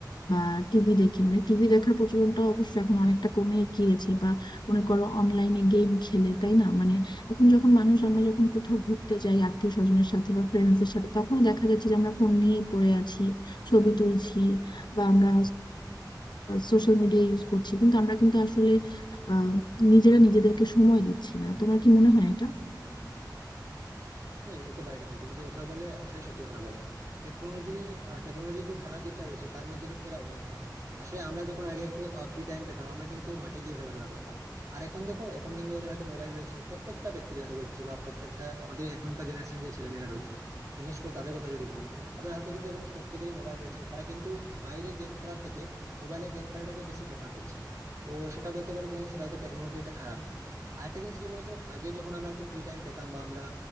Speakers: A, on the left; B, on the right.
A: বা টিভি দেখে মানে টিভি দেখার প্রচলনটা অবশ্য এখন অনেকটা কমে গিয়েছে বা মনে করো অনলাইনে গেম খেলে তাই না মানে এখন যখন মানুষ আমরা যখন কোথাও ঘুরতে যাই আত্মীয় স্বজনের সাথে বা ফ্রেন্ডসদের সাথে তখনও দেখা যাচ্ছে যে আমরা ফোন নিয়ে পড়ে আছি ছবি তুলছি বা আমরা সোশ্যাল মিডিয়া ইউজ করছি কিন্তু আমরা কিন্তু আসলে আহ নিজেরা নিজেদেরকে সময় দিচ্ছি না তোমার কি মনে হয় এটা
B: হ্যাঁ একেবারে দেখো তুমি যে কথাটা বলে আসলে সত্যি কথাটা বলে টেকনোলজি টেকনোলজির যে খারাপ দিকটা রয়েছে তার মধ্যে কিন্তু এটা অন্যতম আসলে আমরা যখন আগে একটু ফ্রি টাইম পেতাম আমরা কিন্তু মাঠে গিয়ে খেলাধুলা করতাম আর এখন দেখো এখন কিন্তু ওদের হাতে মোবাইল রয়েছে প্রত্যেকটা ব্যক্তির হাতে বলছি বা প্রত্যেকটা আমাদের এখনকার জেনারেশন যে ছেলেমেয়েরা রয়েছে বিশেষ করে তাদের কথা যদি বলি তাদের হাতে কিন্তু এখন প্রত্যেকেরই মোবাইল রয়েছে তারা কিন্তু বাইরে গেম খেলার থেকে মোবাইলে গেম খেলাটাকে বেশি প্রেফার করছে তো সেটা বলতে পারি যে হ্যাঁ, সেটা হয়তো টেকনোলজি একটা খারাপ দিক আরেকটা জিনিস কি বলতো আগে যখন আমরা একটু ফ্রি টাইম পেতাম বা আমরা